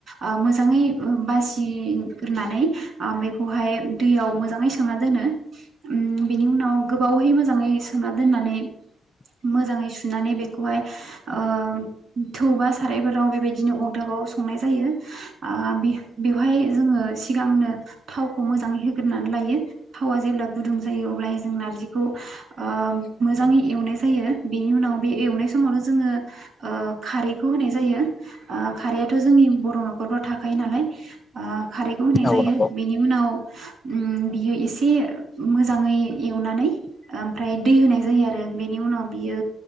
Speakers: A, on the right (about 60°); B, on the left (about 35°).
A: ओ मोजाङै बासिग्रोननानै ओ बेखौहाय दैयाव मोजाङै सोमना दोनो। उम बेनि उनाव गोबावहै मोजाङै सोमना दोननानै मोजाङै सुनानै बेखौहाय ओ थौबा सारायफोराव बेबायदिनो अदाबाव संनाय जायो। आ बे बेवहाय जोङो सिगांनो थावखौ मोजाङै होग्रोनानै लायो। थावा जेब्ला गुदुं जायो अब्लाहाय जों नारजिखौ ओ मोजाङै एवनाय जायो। बेनि उनाव बे एवनाय समावनो जोङो ओ खारैखौ होनाय जायो। ओ खारैआथ' जोंनि बर' नखरफ्राव थाखायो नालाय ओ खारैखौ होनाय
B: हागोन
A: जायो।
B: औ नंगौ
A: बिनि उनाव उम बियो एसे मोजाङै एवनानै ओमफ्राय दै होनाय जायो आरो बेनि उनाव बियो